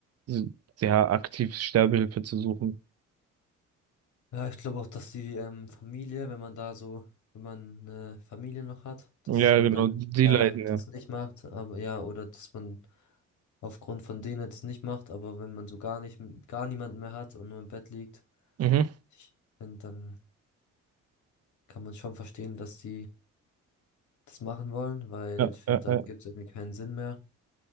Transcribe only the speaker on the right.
s- ja aktiv Sterbehilfe zu suchen.
Ja,
genau,
die
leiden
ja.
Mhm.
Ja,
ja, ja.